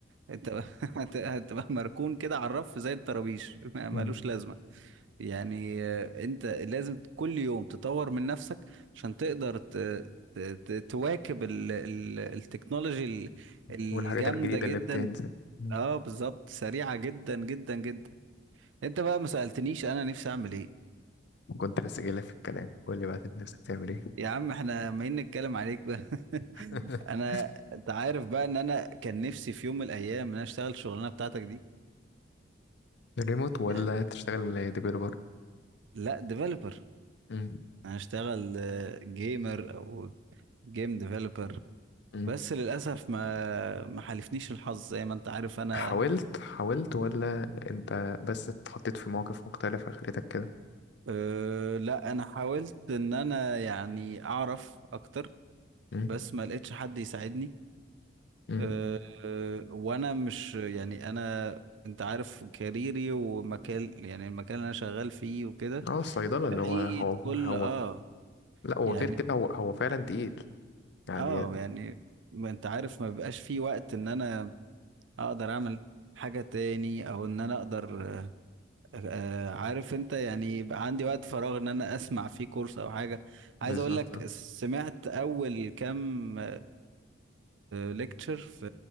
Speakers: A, on the right; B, on the left.
A: انت <laughs> هت- هتبقى مركون كده على الرف زي الطرابيش ما- ملوش
B: مم.
A: لازمه يعني آه، انت لازم كل يوم تطور من نفسك عشان تقدر ت... ت... ت- تواكب ال... ال... التكنولوجي ال- الجامده
B: والحاجات الجديدة
A: جدا
B: اللي بتنزل مم.
A: اه بالظبط سريعه جدا جدا جدا انت بقى ما سالتنيش انا نفسي اعمل ايه
B: كنت لسه جايلك في الكلام قول لي بقى انت نفسك تعمل ايه
A: يا عم احنا ما نتكلم عليك بقى <laughs>
B: <laughs>
A: انا انت عارف بقى ان انا كان نفسي في يوم من الايام ان انا اشتغل الشغلانه بتاعتك دي
B: ريموت ولا
A: يعني
B: تشتغل ديفيلوبر
A: لا ديفلوبر
B: مم.
A: انا اشتغل جيمر او جيم ديفلوبر
B: مم.
A: بس للاسف ما ما حالفنيش الحظ زي ما انت عارف انا
B: حاولت حاولت ولا انت بس اتحطيت في مواقف مختلفة خليتك كده
A: اه لا انا حاولت ان انا يعني اعرف اكتر
B: مم.
A: بس ما لقيتش حد يساعدني
B: مم.
A: اه اه وانا مش يعني انا انت عارف كاريري ومكان يعني المكان اللي انا شغال فيه وكده
B: اه الصيدلة اللي
A: بعيد
B: هو هو
A: كل
B: هو
A: اه
B: لا هو
A: يعني
B: غير كده هو هو فعلا تقيل يعني
A: اه يعني ما انت عارف ما بيبقاش في وقت ان انا اقدر اعمل حاجة تاني او ان انا اقدر آه آه، عارف انت يعني يبقى عندي وقت فراغ ان انا اسمع فيه كورس او حاجة عايز
B: بالظبط
A: اقول لك
B: اه
A: سمعت اول كام ليكتشر في